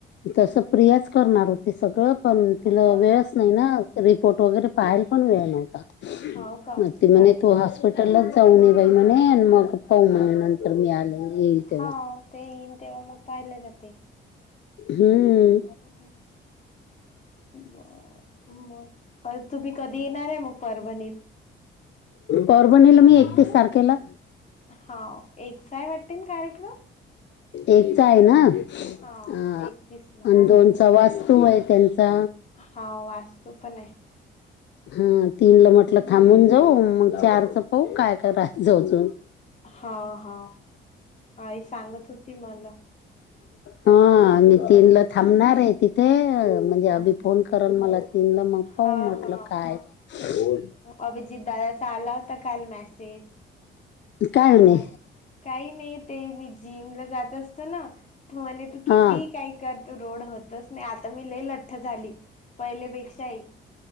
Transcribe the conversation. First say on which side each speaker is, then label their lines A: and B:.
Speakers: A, on the left; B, on the left.
A: तसं प्रियाच करणार होती सगळं पण तिला
B: हा
A: वेळच
B: हा
A: नाही ना रिपोर्ट वगैरे पाहायला पण वेळ नव्हता
B: हाव का
A: मग ती
B: बापरे
A: म्हणे तू हॉस्पीट हॉटेललाच जाऊ न बाई म्हणे आणि मग पाहू म्हणे
B: हा
A: नंतर मी आले येईल तेव्हा
B: हा ते येईल तेव्हा मग पाहिला जाते.
A: हम्म
B: ह्म ह्म बरं मग तुम्ही कधी येणार आहे मग परभणीत?
A: परभनीला मी एकतीस तारखेला
B: हाव एकचाय वाटतेल कार्यक्रम
A: एकचा आहे ना अ
B: हा एकतीस ला हम्म.
A: आणि दोनचा वास्तू आहे त्यांचा,
B: हा वास्तू पण आहे.
A: हा तीन ला म्हटलं थांबून जाऊ मग चारच पाहू काय कराचं अजून.
B: हा हा आई सांगत होती मला
A: हां आणि तिनला थांबणार आहे तिथे म्हणजे
B: हा
A: अभी
B: हा
A: फोन करल मला तिनला मग पाहू
B: हा
A: म्हटलं
B: हा
A: हायत
B: अभिजित दादाचा आला होता काल मेसेज,
A: काय होणे
B: मग काही नाही ते मी जिमला जात असतो ना तर म्हणे त किती
A: हा
B: काही कर तू रोड होतच नाही आता मी लई लठ्ठ झाली. पहिले पेक्षाही